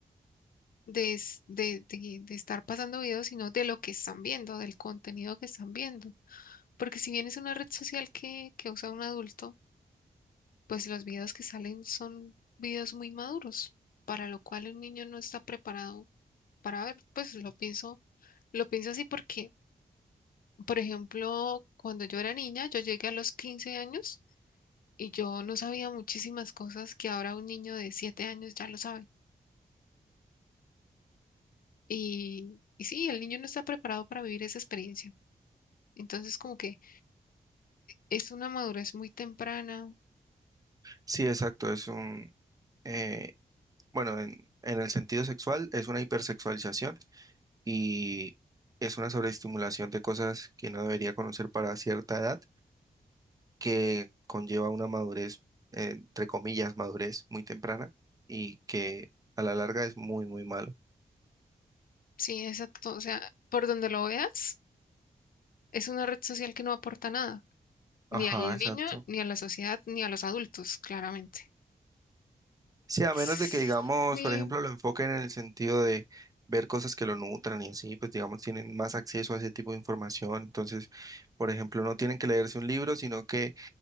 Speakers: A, on the left (about 80°); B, on the right (about 25°).
A: de, es- de, de- de estar pasando videos, sino de lo que están viendo, del contenido que están viendo. Porque si bien es una red social que, que usa un adulto, pues los videos que salen son videos muy maduros, para lo cual un niño no está preparado para ver. Pues lo pienso, lo pienso así porque Por ejemplo, cuando yo era niña, yo llegué a los 15 años y yo no sabía muchísimas cosas que ahora un niño de 7 años ya lo sabe. Y, y sí, el niño no está preparado para vivir esa experiencia. Entonces, como que es una madurez muy temprana.
B: Sí, exacto, es un, eh, bueno, en, en el sentido sexual es una hipersexualización y es una sobreestimulación de cosas que no debería conocer para cierta edad que conlleva una madurez, eh, entre comillas, madurez muy temprana y que a la larga es muy, muy malo.
A: Sí, exacto. O sea, por donde lo veas, es una red social que no aporta nada,
B: Ajá,
A: ni al
B: exacto.
A: niño, ni a la sociedad, ni a los adultos, claramente.
B: Sí, a
A: Sí,
B: menos de que, digamos, por ejemplo, lo enfoquen en el sentido de ver cosas que lo nutran y así, pues, digamos, tienen más acceso a ese tipo de información. Entonces, por ejemplo, no tienen que leerse un libro, sino que